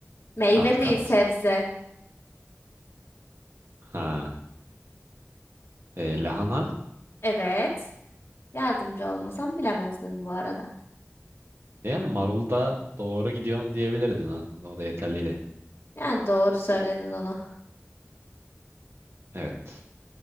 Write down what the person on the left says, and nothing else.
Meyve
değil,
sebze.
Evet. Yardımcı olmasam bilemezdin bu arada.
Yani doğru söyledin onu.